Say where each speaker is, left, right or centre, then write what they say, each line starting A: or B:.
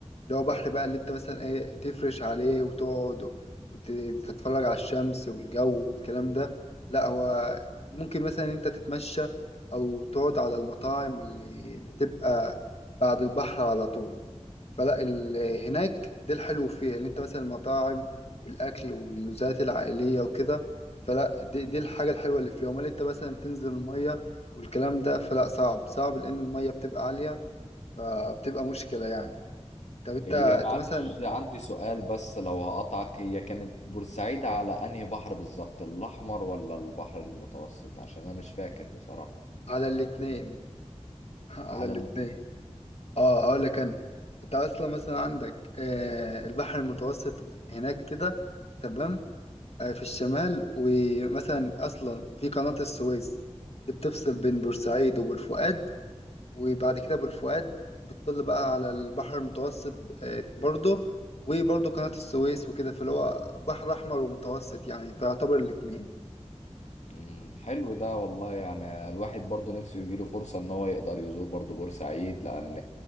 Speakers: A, on the left; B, on the left.
A: اللي هو بحر بقى اللي انت مثلا ايه تفرش عليه وتقعد وتتفرج على الشمس والجو والكلام ده لا هو ممكن مثلا انت تتمشى او تقعد على المطاعم اللي بتبقى بعد البحر على طول فلا ال- هناك ده الحلو فيها اللي انت مثلا المطاعم والاكل والنزهات العائلية وكده فلا دي, دي الحاجة الحلوة اللي فيها امال انت مثلا تنزل المية والكلام ده فلا صعب صعب لان المية بتبقى عالية فبتبقى مشكلة يعني طب انت
B: هي
A: انت
B: معلش
A: مثلا
B: عندي سؤال بس لو هقطعك هي كانت بورسعيد على انهي بحر بالظبط الاحمر ولا البحر المتوسط عشان انا مش فاكر بصراحة
A: على الاتنين <laughs> على
B: على
A: الاتنين
B: الاتنين
A: اه هقول لك انا انت اصلا مثلا عندك آه البحر المتوسط هناك كده تمام آه في الشمال ومثلا اصلا في قناة السويس دي بتفصل بين بورسعيد وبورفؤاد وبعد كده بورفؤاد بتطل بقى على البحر المتوسط آه برضه وبرضه قناة السويس وكده فاللي هو بحر احمر ومتوسط يعني فيعتبر الاتنين
B: مم، حلو ده والله يعني الواحد برضو نفسه يجيله فرصة ان هو يقدر يزور برضو بورسعيد لان